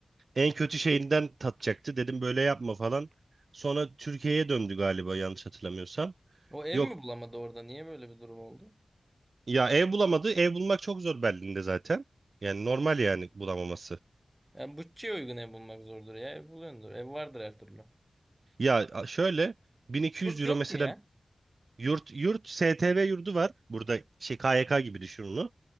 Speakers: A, on the right; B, on the right.
A: en kötü şeyinden tatacaktı. Dedim böyle yapma falan. Sonra Türkiye'ye döndü galiba yanlış hatırlamıyorsam.
B: O ev
A: Yok
B: mi bulamadı orada? Niye böyle bir durum oldu?
A: ya ev bulamadı. Ev bulmak çok zor Berlin'de zaten. Yani normal yani bulamaması.
B: Yani bütçeye uygun ev bulmak zordur ya. Ev buluyordur. Ev vardır her türlü.
A: Ya a- şöyle 1200
B: Yurt
A: euro
B: yok
A: mesela
B: mu ya?
A: yurt yurt STV yurdu var. Burada şey KYK gibi düşün onu.